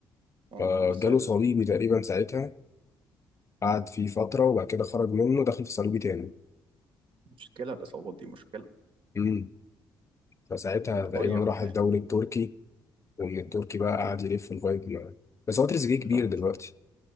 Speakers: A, on the right; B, on the left.
A: اه
B: فجاله
A: بس هي
B: صليبي تقريبا ساعتها قعد فيه فتره وبعد كده خرج منه دخل في صليبي تاني
A: المشكلة الإصابات دي مشكلة
B: امم فساعتها
A: بت- بتضيع
B: تقريبا راح
A: اللاعب
B: الدوري التركي ومن التركي بقى قعد يلف لغايه ما بس هو تريزيجيه كبير
A: لا
B: دلوقتي